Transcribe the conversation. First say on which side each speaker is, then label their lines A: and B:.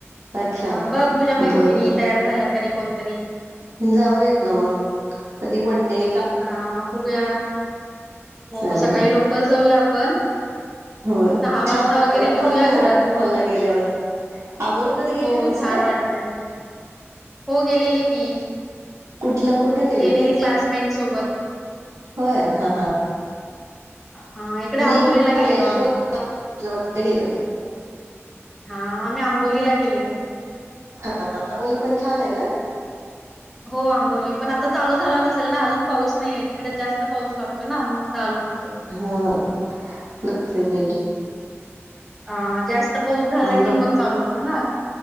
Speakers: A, on the right; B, in the centre.
A: अच्छा
B: हां बघ तुझ्या मैत्रिणी
A: बर बर
B: तयार झाल्या तरी कोणतरी
A: जाऊयात ना मग कधी वनडे
B: हां बघूया हो
A: चालेल
B: सकाळी लवकर जाऊया आपण.
A: होय
B: सहा वाजता
A: छान वाटतं
B: वगैरे
A: ना
B: निघूया
A: पण
B: घरातून
A: वॉटरफॉल ला गेल्यावर अगोदर कधी गेली
B: हो
A: होतीस
B: छान
A: काय
B: वाटतय. हो गेलेले की
A: कुठलं कुठ गेली
B: गेलेले
A: होतीस?
B: क्लासमेट सोबत
A: होय हां हां.
B: हा इकडे
A: मी
B: आंबोलीला
A: इकड हल्लेश्वर
B: गेलेलो आम्ही
A: वगैरे गेले होते
B: हा आम्ही आंबोलीला गेलेलो
A: हा बोली पण छान आहे ना
B: हो आंबोली पण आता चालू झाला नसेल ना अजून पाऊस नाही तिकडे जास्त पाऊस लागतो ना मग चालू होतो
A: हा ब मी
B: अ जास्त पाऊस झाला की
A: ब
B: मग चालू होतो ना